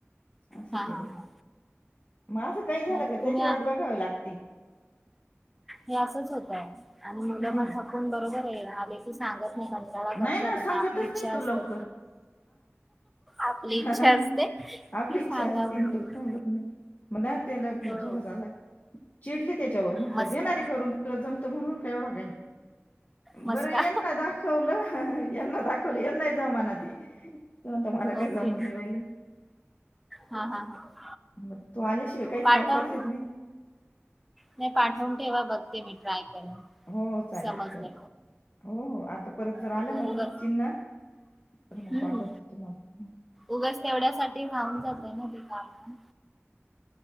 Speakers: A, on the left; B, in the centre.
A: असं
B: हा
A: केलं
B: हा हा
A: मग असं काही झालं
B: नाही तर
A: का
B: तुम्ही
A: त्याची
B: आ-
A: वाट बघावी लागती
B: हे असंच होतय आणि मुलं
A: हम्म
B: मग थकून बरोबर याला सांगत नाही कणटला करतात
A: नाही ना
B: आणि
A: सांगतच
B: आपली इच्छा
A: नाही
B: असते
A: तू लवकर
B: आपली इच्छा
A: हा
B: असते की
A: आपली इच्छा
B: सांगावं
A: असती
B: म्हणून
A: दुः सांगत नाही म त्याला
B: हो
A: थोडासा चिडली त्याच्यावर म्हटलं
B: मस्का
A: देणारे करून तुला ज म्हणून का एवढं काही
B: मस्का
A: बरं येल ना दाखवलं यांना दाखवलं यांना जामाना ती त मला काही
B: ओके
A: जाऊन नाही राहिल
B: हा हा हा
A: मग तू आल्याशिवाय काहीच
B: पाठवून
A: करताच येत नाही
B: नाही पाठवून ठेवा बघते मी ट्राय कर
A: हो हो चालेल
B: समजलं
A: चालेल हो हो आता परत जर
B: उग
A: आलं ना त्याच
B: उगच
A: चिन्ह तर मग
B: हम्म
A: पाठवते तुम्हाला
B: उगस तेवढ्या सा लाऊन जातय ना ते काम